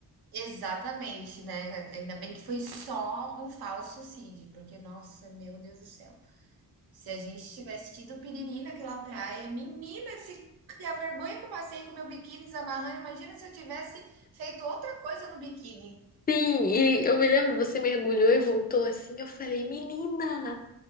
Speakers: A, on the right; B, on the left.
A: Exatamente, né? Ainda bem que foi só um falso CID, porque, nossa, meu Deus do céu. Se a gente tivesse tido piriri naquela praia, menina, se a vergonha que eu passei com o meu biquíni desamarrando, imagina se eu tivesse feito outra coisa no biquíni.
B: Sim, e eu me lembro, você mergulhou e voltou assim. Eu falei, menina,